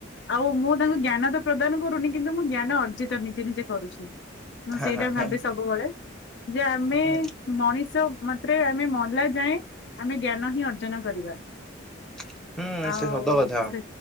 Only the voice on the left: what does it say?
ଆଉ ମୁଁ ତାଙ୍କୁ ଜ୍ଞାନ ତ ପ୍ରଦାନ କରୁନି କିନ୍ତୁ ମୁଁ ଜ୍ଞାନ ଅର୍ଜିତ ନିଜେ ନିଜେ କରୁଛି। ମୁଁ
ସେଇଟା
ଭାବେ ସବୁବେଳେ ଯେ ଆମେ
ମଣିଷ ମାତ୍ରେ ଆମେ ମଲା ଯାଏ ଆମେ ଜ୍ଞାନ ହିଁ ଅର୍ଜନ କରିବା।
ଆଉ
ସେ